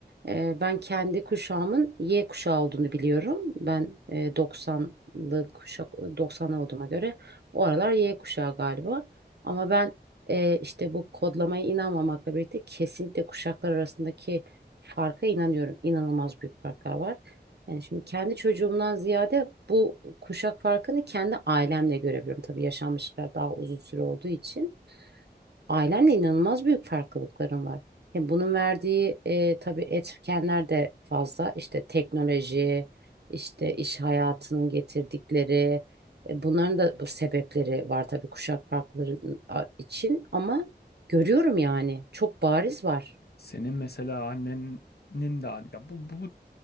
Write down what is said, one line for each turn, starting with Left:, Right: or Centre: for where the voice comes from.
Right: e, ben kendi kuşağımın Y kuşağı olduğunu biliyorum. Ben e, 90'lı kuşak 90 olduğuma göre o aralar Y kuşağı galiba. Ama ben e, işte bu kodlamaya inanmamakla birlikte kesinlikle kuşaklar arasındaki farka inanıyorum. İnanılmaz büyük farklar var. Yani şimdi kendi çocuğumdan ziyade bu kuşak farkını kendi ailemle görebiliyorum. Tabii yaşanmışlıklar daha uzun süre olduğu için. Ailenle inanılmaz büyük farklılıklarım var. Hem bunun verdiği e, tabii etkenler de fazla. İşte teknoloji, işte iş hayatının getirdikleri, e, bunların da bu sebepleri var tabii kuşak farkları ıı, a- için. Ama görüyorum yani çok bariz var.
Left: Senin mesela annenin de an- ya bu, bu, bu